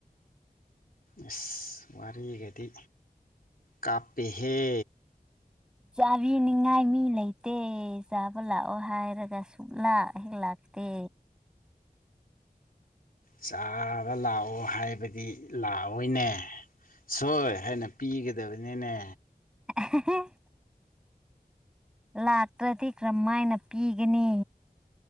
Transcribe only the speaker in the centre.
ꯆꯥꯕꯤꯅꯤꯡꯉꯥꯏ ꯃꯤ ꯂꯩꯇꯦ ꯆꯥꯕ ꯂꯥꯛꯑꯣ ꯍꯥꯏꯔꯒ ꯁꯨꯛꯂꯥ ꯍꯦꯛ ꯂꯥꯛꯇꯦ
<unintelligible> ꯂꯥꯛꯇ꯭ꯔꯗꯤ ꯀꯔꯝꯍꯥꯏꯅ ꯄꯤꯒꯅꯤ